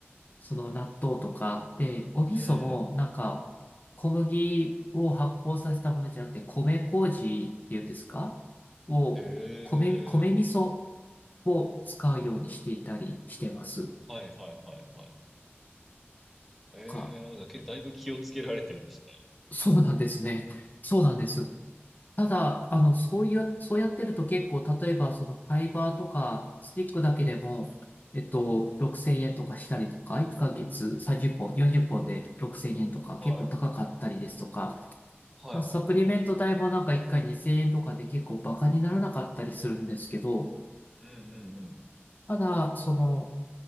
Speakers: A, on the left; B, in the centre.
A: その納豆とか、で、お味噌もなんか、
B: うん。
A: 小麦を発酵させたものじゃなくて、米麹っていうんですかを、
B: ええ
A: 米、米味噌を使うようにしていたりしてます
B: はいはいはいはい。ええだけだいぶ気をつけられてるんですね。
A: か。そうなんですね。そうなんです。ただ、あの、そういう、そうやってると結構、例えば、そのファイバーとか、スティックだけでも、えっと、6000円とかしたりとか、1ヶ月30本、40本で6000円とか、
B: はい。
A: 結構高かったりですとか、
B: はいはい。
A: まあ、サプリメント代もなんか1回2000円とかで結構バカにならなかったりするんですけど、
B: うんうんうん。
A: ただ、その、